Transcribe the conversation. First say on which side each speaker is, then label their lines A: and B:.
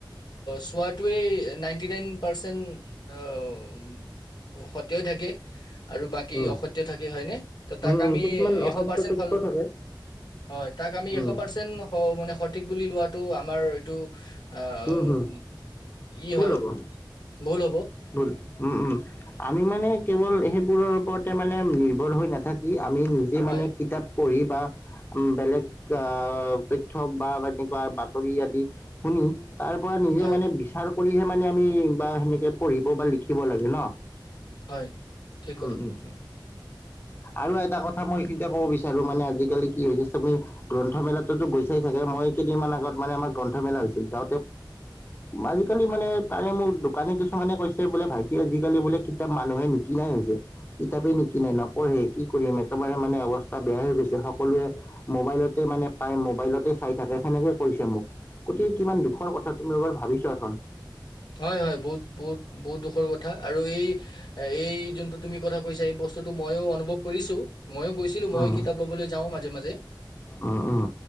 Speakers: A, on the left; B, on the left.
A: শ ব চোৱাটোৱে নাইনটি নাইন পাৰছেণ্ট অঁৱ সত্যয় থাকে। আৰু বাকী
B: উম,
A: অসত্য থাকে হয়নে? ত' তাক
B: উম,
A: আমি
B: কিছুমান
A: এশ
B: অসত্য
A: পাৰ্চেন্ট
B: তথ্যও
A: হল
B: থাকে
A: হয়। তাক আমি
B: উম,
A: এশ পাৰ্চেন্ট হ'ব মানে, সঠিক বুলি লোৱাটো আমাৰ এটো অ',
B: হম, হম,
A: ই
B: ভুল
A: হয়,
B: হ'ব
A: ভুল হ'ব।
B: ভুল, উম, উম, আমি মানে কেৱল সেইবোৰৰ ওপৰতে মানে নিৰ্ভৰ হৈ নাথাকি, আমি নিজে
A: হয়
B: মানে কিতাপ পঢ়ি বা বেলেগ আহ, তথ্য বা এনেকুৱা বাতৰি আদি শুনি তাৰপৰা নিজে
A: হয়
B: মানে বিচাৰ কৰিহে মানে আমি বা সেনেকে পঢ়িব বা লিখিব লাগে, ন'?
A: হয়, ঠিক কথা
B: উম
A: কৈছা
B: উম
A: তুমি।
B: আৰু এটা কথা মই এইখিনিতে কব বিচাৰো মানে আজিকালি কি হৈছে, তুমি- গ্ৰন্থমেলাতটোতো গৈছাই চাগে মই কেইদিনমান আগত মানে আমাৰ গ্ৰন্থমেলা হৈছিল যাওঁতে আজিকালি মানে তাৰে মোক দোকানী কিছুমানে কৈছে বোলে ভাইটি আজিকালি বোলে- কিতাপ মানুহে নিকিনাই হৈছে, কিতাপেই নিকিনাই নপ পঢ়ি কি কৰিম একেবাৰে মানে অৱস্থা বেয়া হৈ গৈছে সকলোৱে মোবাইলতে মানে পাই মোবাইলতে চাই থাকে সেনেকে কৈছে মোক গোটেই কিমান দুখৰ কথা তুমি এবাৰ ভাবি ছোৱাচোন
A: হয়, হয়, বহুত, বহুত, বহুত, দুখৰ কথা, আৰু এই এই যোনটো তুমি কথা কৈছা এই বস্তুটো মইও অনুভৱ কৰিছোঁ মইয়ো গৈছিলো মই
B: উম,
A: কিতাপ ল'বলৈ যাওঁ মাজে মাজে
B: উম, উম,